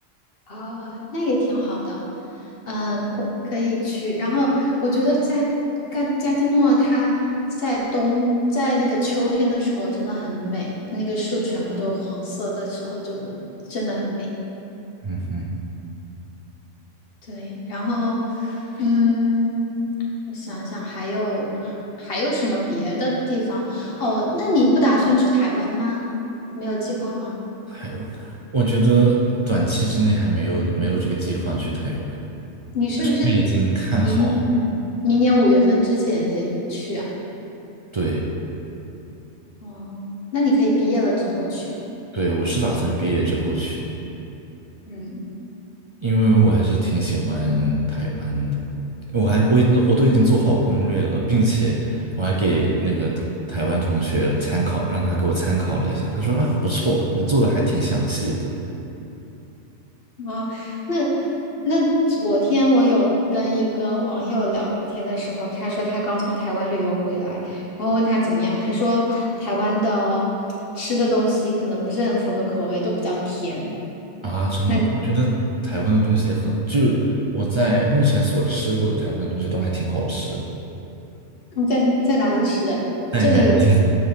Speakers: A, on the left; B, on the right.
A: 啊、那也挺好的，嗯，可可以去。然后我觉得加加加基诺它在冬在那个秋天的时候真的很美，那个树全部都黄色的时候就真的很美。
B: 嗯哼。
A: 对，然后嗯，我想想还有还有什么别的地方？哦，那你不打算去台湾吗？没有计划吗？
B: 还有，我觉得短期之内还没有没有这个计划去台湾。
A: 你是不是得
B: 我已经看好，
A: 明年明年五月份之前得去啊？
B: 对
A: 哦，那你可以毕业了之后去。
B: 对，我是打算毕业之后去，
A: 嗯
B: 因为我还是挺喜欢台湾的。我还我已经我都已经做好攻略了，并且我还给那个台台湾同学参考，让他给我参考了一下。他说啊，不错，你做的还挺详细的
A: 啊，那那昨天我有跟一个网友聊天的时候，他说他刚从台湾旅游回来，然后问他怎么样，他说台湾的吃的东西可能不是很符合口味，都比较甜。
B: 啊，真的吗？
A: 那你
B: 我觉得台湾的东西很，就我在目前所吃过的台湾的东西都还挺好吃的，
A: 你在在哪里吃的？
B: 在南京。
A: 这里有